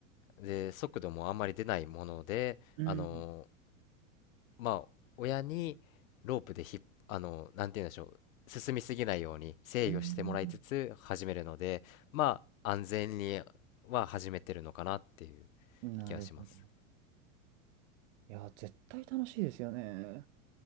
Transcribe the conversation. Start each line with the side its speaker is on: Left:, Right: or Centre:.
Left: で、速度もあんまり出ないもので、
Right: うん。
Left: あのまあ、親にロープでひっ、あのなんて言うんでしょう、進みすぎないように制御してもらいつつ始めるので、
Right: うん
Left: まあ、安全には始めてるのかなっていう
Right: なるほど。
Left: 気がします。
Right: いや、絶対楽しいですよね。